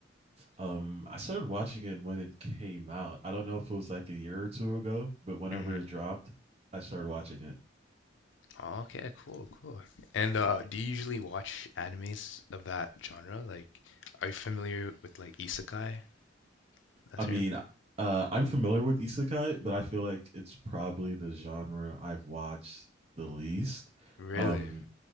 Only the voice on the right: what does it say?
Um, I started watching it when it came out. I don't know if it was like a year or two ago, but whenever
it dropped, I started watching it.
I
mean, uh, I'm familiar with isekai, but I feel like it's probably the genre I've watched the least.
Um,